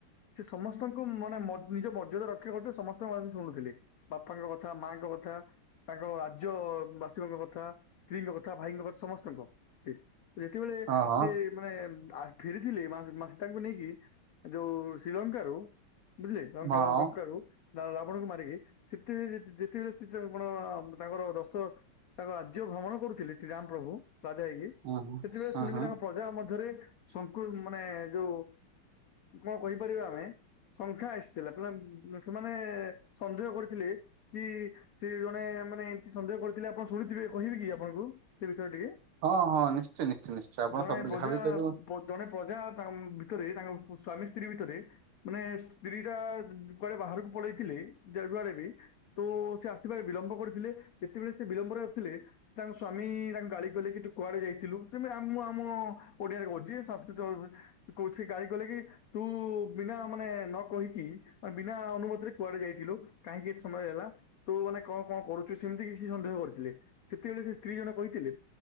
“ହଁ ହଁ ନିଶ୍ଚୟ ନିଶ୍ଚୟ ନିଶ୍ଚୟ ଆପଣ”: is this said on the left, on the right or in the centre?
Right